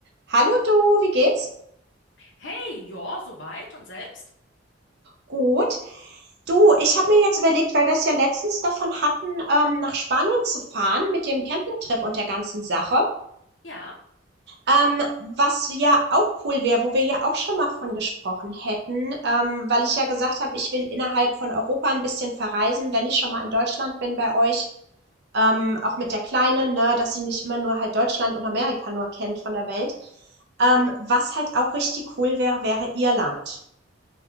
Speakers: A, on the right; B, on the left.
A: Hallo du, wie geht's?
B: Hey, ja, soweit und selbst?
A: Gut. Du, ich habe mir jetzt überlegt, weil wir es ja letztens davon hatten, ähm, nach Spanien zu fahren mit dem Campingtrip und der ganzen Sache.
B: Ja.
A: Ähm, was ja auch cool wäre, wo wir ja auch schon mal von gesprochen hätten, ähm, weil ich ja gesagt habe, ich will innerhalb von Europa ein bisschen verreisen, wenn ich schon mal in Deutschland bin bei euch, ähm, auch mit der Kleinen, ne, dass sie nicht immer nur halt Deutschland und Amerika nur kennt von der Welt. Ähm, was halt auch richtig cool wäre, wäre Irland.